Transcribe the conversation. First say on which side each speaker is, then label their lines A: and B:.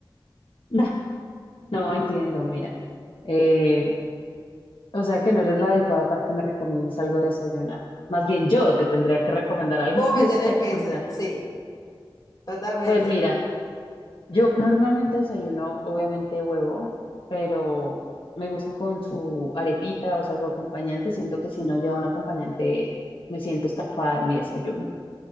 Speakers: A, on the left; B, on the left.
A: Nah, No entiendo, mira. Eh, o sea que no eres la adecuada para que me recomiendes algo de desayunar. Más bien yo te tendría que recomendar algo
B: Vos
A: <laughs>
B: me
A: de desayunar.
B: tenés que... desa- Sí, totalmente.
A: Pues mira, Yo normalmente desayuno, obviamente, huevo, pero me gusta con su arepita, o sea, su acompañante. Siento que si no lleva un acompañante, me siento estafada en mi desayuno.